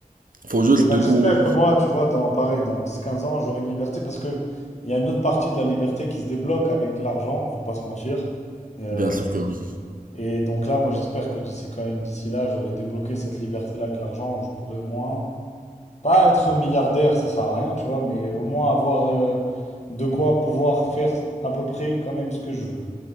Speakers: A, on the right; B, on the left.
A: Faut juste,
B: Et ben,
A: du
B: j'espère
A: coup,
B: que moi, tu vois, dans pareil, dans 10-15 ans, j'aurai une liberté parce que il y a une autre partie de la liberté qui se débloque avec l'argent, faut pas se mentir. Euh,
A: bien sûr que oui.
B: et donc là, moi, j'espère que d'ici quand même, d'ici là, j'aurai débloqué cette liberté-là avec l'argent où je pourrai au moins pas être milliardaire, ça sert à rien, tu vois, mais au moins avoir euh, de quoi pouvoir faire à peu près quand même ce que je veux.